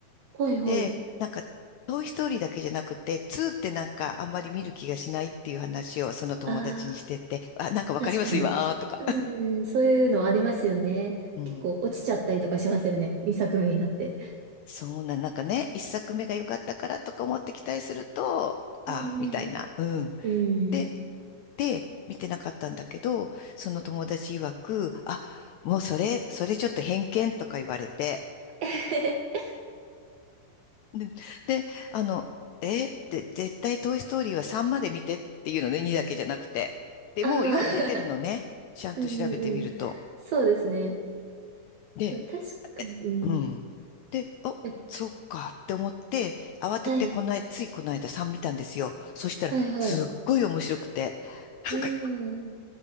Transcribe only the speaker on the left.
で、なんか、トイ・ストーリーだけじゃなくて、2ってなんか、あんまり見る気がしないっていう話を、その友達にしてて、
あ、なんかわかります今、
あーとか。
うん。
そうなん、なんかね、一作目が良かったからとか思って期待すると、あーみたいな。
うん。
で、
で、見てなかったんだけど、その友達曰く、あ、もうそれ、それちょっと偏見とか言われて、
で、であの、えーって絶対トイストーリーは3まで見てっていうのね、2だけじゃなくて。で、
もう読んでてるのね、ちゃんと調べてみると。
で、
うん。で、お、
そうかって思って、慌ててこない、
ついこの間3見たんですよ。そしたら、
すっごい面白くて、なんか